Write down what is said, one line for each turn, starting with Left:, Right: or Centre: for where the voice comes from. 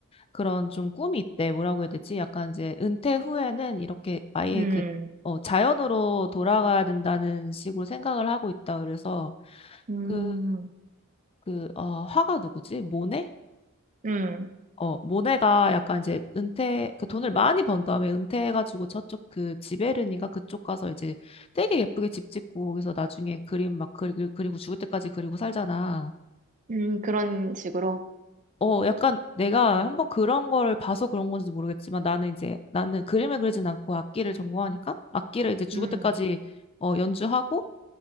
Left: 그런 좀 꿈이 있대. 뭐라고 해야 되지? 약간 이제 은퇴 후에는 이렇게 아예
Right: 음,
Left: 그 어, 자연으로 돌아가야 된다는 식으로 생각을 하고 있다. 그래서
Right: 음,
Left: 그, 그, 어, 화가 누구지? 모네?
Right: 음,
Left: 어, 모네가 약간 이제 은퇴, 그 돈을 많이 번 다음에 은퇴해가지고 저쪽 그 지베르니가 그쪽 가서 이제 되게 예쁘게 집 짓고 거기서 나중에 그림 막 그리, 그리고 죽을 때까지 그리고 살잖아.
Right: 음, 그런 식으로.
Left: 어, 약간 내가 한번 그런 걸 봐서 그런 건지도 모르겠지만 나는 이제 나는 그림을 그리진 않고 악기를 전공하니까 악기를 이제 죽을
Right: 음,
Left: 때까지 어, 연주하고